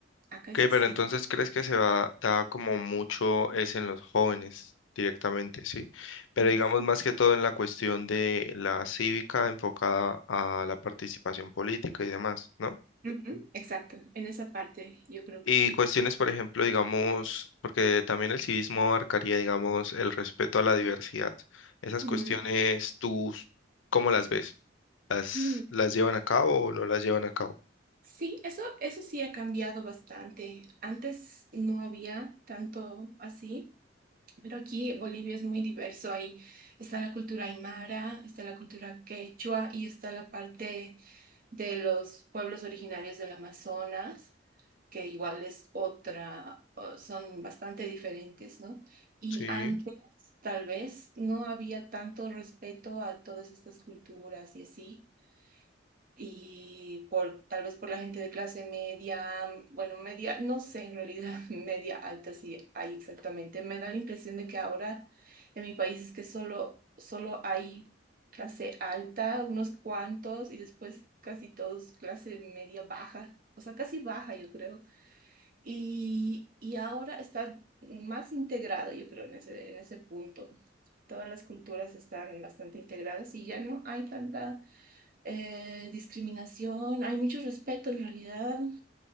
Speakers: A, on the right; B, on the left.
A: acá
B: Ok,
A: es así.
B: pero entonces crees que se va, da como mucho es en los jóvenes directamente, ¿sí? Pero
A: En
B: digamos
A: los-
B: más que todo en la cuestión de la cívica enfocada a la participación política y demás, ¿no?
A: Ujú, exacto, en esa parte yo creo
B: Y
A: que sí.
B: cuestiones, por ejemplo, digamos, porque también el civismo abarcaría, digamos, el respeto a la diversidad. Esas
A: Ujú.
B: cuestiones, ¿tú cómo las ves? ¿Las,
A: Mm,
B: las llevan a cabo o no las llevan a cabo?
A: Sí, eso, eso sí ha cambiado bastante. Antes no había tanto así. Pero aquí Bolivia es muy diverso. Ahí está la cultura aymara, está la cultura quechua y está la parte de los pueblos originarios del Amazonas, que igual es otra, o son bastante diferentes, ¿no? Y
B: Sí,
A: antes, tal vez, no había tanto respeto a todas estas culturas y así y por tal vez por la gente de clase media, mm, bueno, media, no sé, en realidad <laughs> media alta sí hay exactamente. Me da la impresión de que ahora en mi país es que solo, solo hay clase alta, unos cuantos, y después casi todos clase media baja, o sea, casi baja, yo creo. Y, y ahora está más integrado, yo creo, en ese, en ese punto. Todas las culturas están bastante integradas y ya no hay tanta eh, discriminación, hay mucho respeto en realidad.